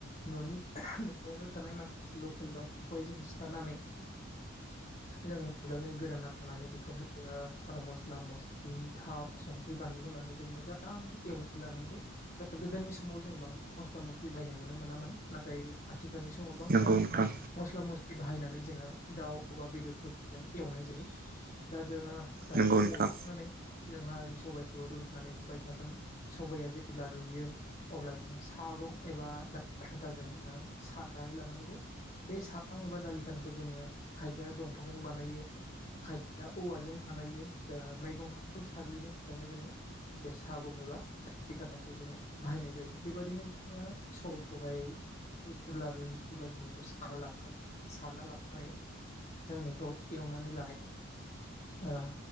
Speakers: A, on the left; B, on the right.
A: न'नि न'आवनो थानाय माखासे लकेल दाउफोरखौहाय जों सिथारनानै जों मोजाङै गोदाना लानानै बेखौहाय जोङो मस्ला मस्लि थाव संख्रि बानलु होननानै जों मोजाङै एवनानै लानांगौ दा गोदोनि समाव जों बांद्राय मस्ला मस्ला मस्लि बायनाय नुनो मोनामोन नाथाय आथिखाल फोरनि समाव गोबांथार
B: नंगौ नोंथां
A: मस्ला मस्लि बाहायनानै जोङो दाउ बा बेदरफोर <unintelligible> जों एवनाय जायो दा जोङो दाउखौ
B: नंगौ नोंथां
A: एवखांनानै जोंहा सबाइखौ रुनानै लुबाय थागोन सबाइआ जेब्ला रुयो अब्ला जोङो सागं एबा दालि खाथाजों जोङो सानानै लानांगौ बे साहां एबा दालि खाथाखौ जोङो खायफाया दं <unintelligible> जों बानाय खाय औ जों बानाय ओ मैगं <unintelligible> खौ साग्लिनो थाखायनो जोङो बे सागं एबा दालि खाथाखौ जोङो बाहायनाय जायो बेबायदिनो जोङो सयखौहाय जेब्ला रुयो अब्ला जों बेखौ साना लाखां साना लानानै जों बेखौ एवनानै लानाय ओ